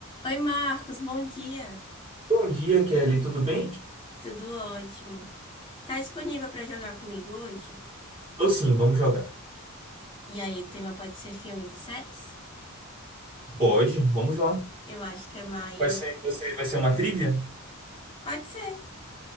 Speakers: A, on the left; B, on the right.
A: Oi, Marcos, bom dia.
B: Bom dia, Kelly. Tudo bem?
A: Tudo ótimo. Tá disponível para jogar comigo hoje?
B: Tô sim, vamos jogar.
A: E aí, o tema pode ser filmes e séries?
B: Pode, vamos lá.
A: Eu acho que é mais.
B: Vai ser, vai ser, vai ser uma trivia?
A: Pode ser.